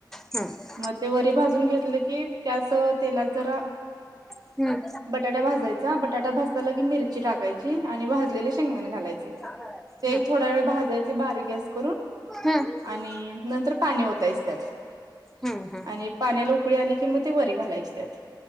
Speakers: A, in the centre; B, on the right.
A: हम्म.
B: मग ते वरी भाजून घेतलं की त्याच तेलात जरा
A: हम्म.
B: बटाटा भाजायचा, बटाटा भाजताला की, मिरची टाकायची आणि भाजलेली शेंगदाण घालायचे.
A: हा.
B: ते थोड्या वेळ भाजायचे बारीक गॅस करून.
A: हम्म.
B: आणि नंतर पाणी ओतायच त्यात.
A: हम्म हम्म
B: आणि पाण्याला उकळी आली की मग ते वरी घालायची त्यात,